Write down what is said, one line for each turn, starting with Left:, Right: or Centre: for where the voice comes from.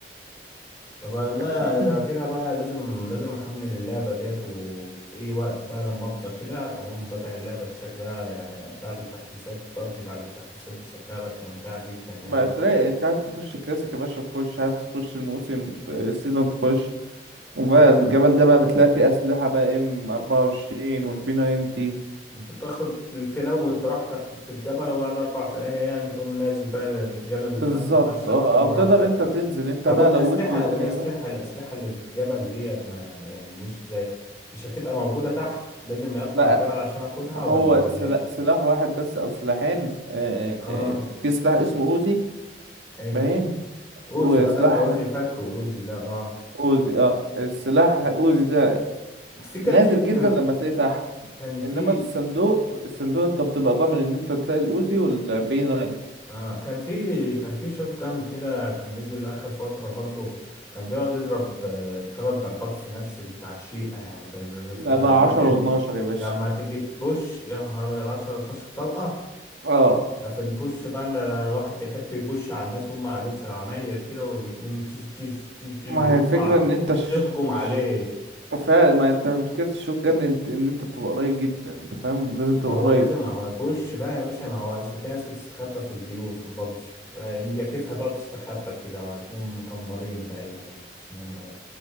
Left: طب والله
Right: <clears throat>
Left: ده كده بقى لازم لازم احمل اللعبة ديت وفي اي وقت بقى لما افضى كده اقوم فاتح اللعبة دي شكلها يعني بعد التحديثات بابجي بعد التحديثات دي شكلها بقت ممتعة جدا يعني
Right: بقى تلاقي انت عايز تخش كلاسيك يا باشا تخش عايز تخش الموسم ت- السيزون تخش وبقى
Left: امم
Right: الجبل ده بقى بتلاقي فيه أسلحة بقى ام 24 والبي 90
Left: بتاخد تلوت براحتك في الجبل وبعد اربع دقايق يعني تقوم نازل بقى للرجالة اللي
Right: بالظبط
Left: تحت تفشخ
Right: اه
Left: فيهم
Right: او
Left: براحتك
Right: تقدر انت
Left: بقى
Right: تنزل انت
Left: طب
Right: بقى
Left: والاسلحة
Right: لو ودت والدنيا
Left: والاسلحة
Right: جميلة
Left: الاسلحة اللي في الجبل ديت ما يعني مش زي مش هتبقى موجودة تحت لازم اطلع
Right: لا
Left: الجبل عشان اخدها
Right: هو
Left: ولا
Right: سلا-
Left: ايه
Right: سلاح واحد بس او سلاحين آه،
Left: اه
Right: آه، آه، في سلاح اسمه اوزي
Left: حلو
Right: باين
Left: اوزي
Right: وسلاح
Left: اه ده انا اوزي فاكره اوزي ده اه
Right: اوزي اه السلاح اوزي ده
Left: في كان
Right: نادر
Left: في كان
Right: جدا لما تلاقيه تحت
Left: كان في
Right: انما في الصندوق الصندوق انت بتبقى ضامن ان انت تلاقي الاوزي والبي 90
Left: آه كان في كان في شوت جان كده كان نزل اخر فترة برضه كان بيقعد يضرب آه ثلاث ضربات في نفس التعشيقة يعني ب- بنسمع
Right: لا بقى
Left: ان ده
Right: 10
Left: في ال...
Right: و12 يا باشا
Left: لما تيجي تبوش يا نهار ابيض 10 12 طلقة
Right: اه
Left: ده في البوش بقى ان ده الواحد بيحب يبوش على الناس وهم قاعدين في العماير كده ويقوم تش تش تش تش
Right: ما
Left: ويطلع
Right: هي الفكرة ان انت ش...
Left: تهجم عليه
Right: ش... فعلا ما انت مشكلة الشوت جن انت... ان انت تبقى قريب جدا انت فاهم لازم تبقى
Left: ما هو
Right: قريب
Left: لازم ما هو بوش بقى يا باشا ما هو اصل في ناس بتستخبى في البيوت في بابجي هي كيف هتقعد تستخبى كده اسمهم مكمبرين باين ولا مش عارف اسمهم ايه